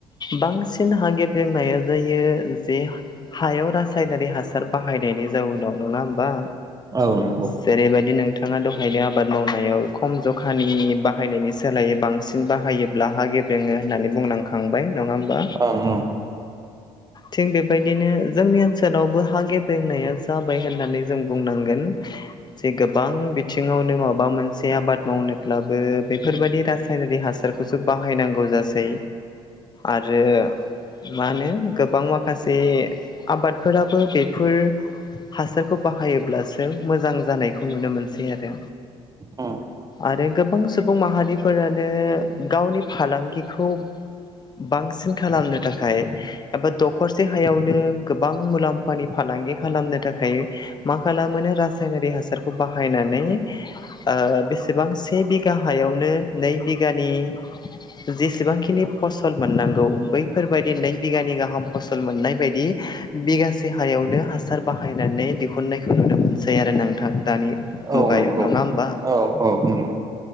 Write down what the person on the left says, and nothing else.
बांसिन हा ब्रेंनाया जायो जे हायाव रासायनारि हासार बाहायनायनि जाउनाव नङा होमबा।
जेरैबायदि नोंथाङा दहायनो आबाद मावनायाव खम जखानि बाहायनायनि सोलायै बांसिन बाहायोब्ला हा गेब्रेङो होननानै बुंनांखांबाय नङा होमबा।
थिग बेबायदिनो जोंनि ओनसोलावबो हा गेब्रेंनाया जाबाय होननानै जों बुंनांगोन। जे गोबां बिथिङावनो माबा मोनसे आबाद मावनोब्लाबो बेफोरबायदि रास रासायनारि हासारखौसो बाहायनांगौ जासै आरो मा होनो गोबां माखासे आबादफोराबो बेफोर हासारखौ बाहायोब्लासो मोजां जानायखौ नुनो मोनसै आरो।
आरो गोबां सुबुं माहारिफोरानो गावनि फालांगिखौ बांसिन खालामनो थाखाय एबा दखरसे हायावनो गोबां मुलाम्फानि फालांगि खालामनो थाखाय मा खालामोनो रासायनारि हासारखौ बाहायनानै ओ बेसेबां से बिगा हायावनो नै बिगानि जेसेबांखिनि फसल मोननांगौ बैफोरबायदि नै बिगानि गाहाम फसल मोननाय बायदि बिगासे हायावनो हासार बाहायनानै दिहुननायखौ नुनो मोनसै आरो नोंथां दानि
मुगायाव
नङा होमबा